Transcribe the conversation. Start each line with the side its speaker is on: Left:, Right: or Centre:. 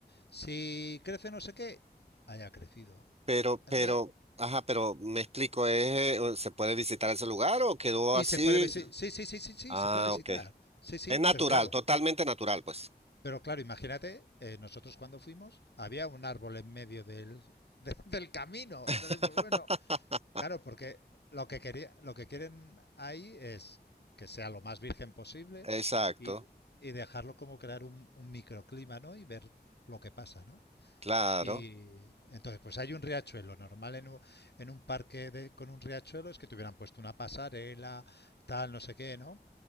Left: Si crece no sé qué, ahí ha crecido.
Right: Pero,
Left: Entonces,
Right: pero, ajá, pero me explico, ¿es, eh, ¿se puede visitar ese lugar o quedó
Left: y
Right: así?
Left: se puede visitar, sí, sí, sí, sí, sí,
Right: Ah,
Left: se puede visitar.
Right: ok.
Left: Sí, sí,
Right: Es natural,
Left: pero claro,
Right: totalmente natural, pues.
Left: pero claro, imagínate, eh, nosotros cuando fuimos, había un árbol en medio del, de- del camino.
Right: <laughs>
Left: Entonces, pues bueno, claro, porque lo que quería, lo que quieren ahí es que sea lo más virgen posible
Right: Exacto,
Left: y, y dejarlo como crear un, un microclima, ¿no? Y ver lo que pasa, ¿no?
Right: claro.
Left: Y entonces, pues hay un riachuelo. Normal en un, en un parque de- con un riachuelo es que te hubieran puesto una pasarela, tal, no sé qué, ¿no?